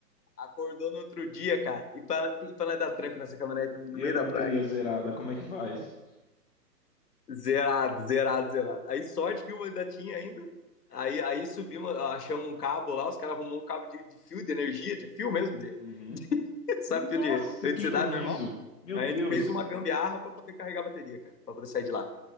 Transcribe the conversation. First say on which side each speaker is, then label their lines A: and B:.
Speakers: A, on the left (about 70°); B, on the left (about 45°).
A: Acordou no outro dia, cara. E pra, e pra nós dar tranco nessa caminhonete no
B: E
A: meio
B: a bateria
A: da praia, cara.
B: zerada, como é que faz?
A: Zerado, zerado, zerado. Aí sorte que o ainda tinha ainda. Aí, aí subimos, achamos um cabo lá, os caras arrumou um cabo de, de fio de energia, de fio mesmo, de,
B: Uhum.
A: <laughs> sabe,
B: Nossa,
A: fio de eletricidade
B: que improviso!
A: normal.
B: Meu
A: Aí
B: Deus!
A: a gente fez uma gambiarra para poder carregar a bateria, cara, para poder sair de lá.